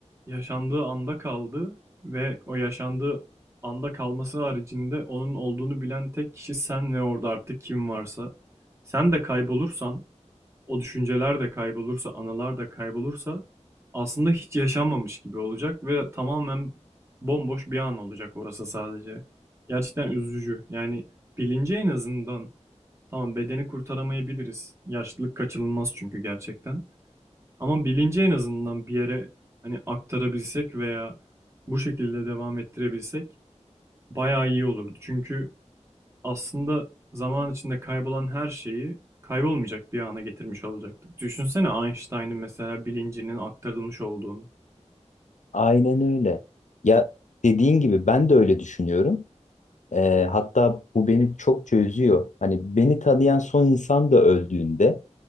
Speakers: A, on the right; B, on the left.
A: yaşandığı anda kaldı ve o yaşandığı anda kalması haricinde onun olduğunu bilen tek kişi sen ve orada artık kim varsa. Sen de kaybolursan, o düşünceler de kaybolursa, anılar da kaybolursa aslında hiç yaşanmamış gibi olacak ve tamamen bomboş bir an olacak orası sadece. Gerçekten üzücü. Yani bilinci en azından tamam bedeni kurtaramayabiliriz. Yaşlılık kaçınılmaz çünkü gerçekten. Ama bilinci en azından bir yere hani aktarabilsek veya bu şekilde devam ettirebilsek bayağı iyi olurdu. Çünkü aslında zaman içinde kaybolan her şeyi kaybolmayacak bir ana getirmiş olacaktık. Düşünsene Einstein'ın mesela bilincinin aktarılmış olduğunu.
B: aynen öyle. Ya dediğin gibi ben de öyle düşünüyorum. Ee, hatta bu beni çokça üzüyor. Hani beni tanıyan son insan da öldüğünde,